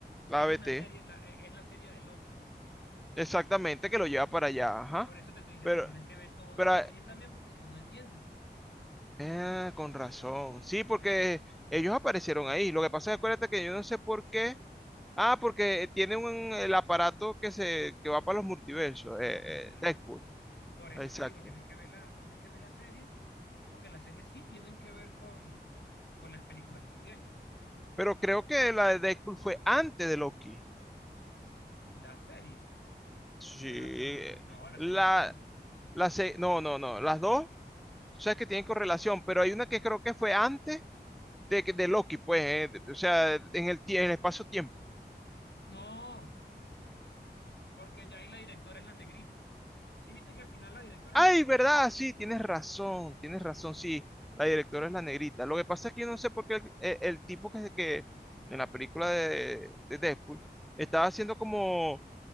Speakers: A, in the centre; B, on the left (about 75°).
A: la
B: es
A: ABT.
B: una serie, la- e, es la serie de Loki.
A: Exactamente, que lo lleva para allá, ajá.
B: Por eso te estoy diciendo
A: Pero,
B: que tienes que ver todas
A: pero,
B: las
A: ah,
B: series también, porque si no, no entiendes.
A: eh, con razón. Sí, porque ellos aparecieron ahí. Lo que pasa es, acuérdate que yo no sé por qué. Ah, porque tiene un, el aparato que se, que va para los multiversos, eh,
B: Ujú.
A: eh, Deadpool.
B: Por eso
A: Exacto.
B: te digo, tienes que ver la, tienes que ver la serie, porque las series sí tienen que ver con, con las películas también.
A: Pero creo que la de Deadpool fue antes de Loki.
B: La serie
A: Sí.
B: o la película. No, la
A: La,
B: serie fue antes.
A: la, se- no, no, no. Las dos o sea, que tienen correlación, pero hay una que creo que fue antes de, de Loki, pues, eh, de- o sea, en el, tie- en el espacio-tiempo.
B: No, porque ya ahí la directora es la negrita. Sí, viste que al final la directora
A: Ay,
B: es la negrita.
A: ¿verdad? Sí, tienes razón, tienes razón, sí, la directora es la negrita. Lo que pasa es que yo no sé por qué el, el- el tipo que, que en la película de, de Deadpool estaba siendo como,